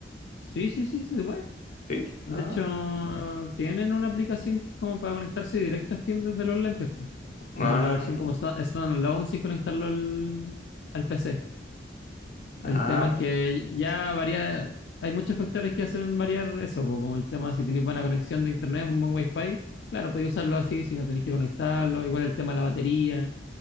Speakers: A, on the left; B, on the left.
A: Sí, sí, sí, sí, se puede.
B: ¿Sí?
A: De
B: Ah,
A: hecho, tienen una aplicación que es como para conectarse directo a Steam desde los lentes, po. como
B: ah,
A: la versión como sta- standalone sin conectarlo al, al PC.
B: ah,
A: El tema es que ya varía, hay muchos factores que hacen variar eso, po, como el tema si tenéis buena conexión de internet, un buen wifi, claro, podéis usarlo así si no tenéis que conectarlo, igual el tema de la batería.